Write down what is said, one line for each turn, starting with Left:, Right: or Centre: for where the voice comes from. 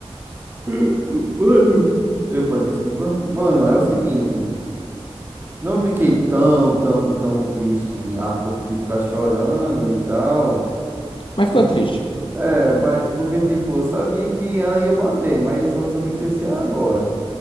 Right: Eh, Mano. Epa, desculpa. Mano, é o seguinte. Não fiquei tão, tão, tão triste a ponto de ficar chorando e tal.
Left: Mas
Right: Por...
Left: ficou triste.
Right: É, mas porque, tipo, eu sabia que ela ia bater, mas eu só não sabia que ia ser agora.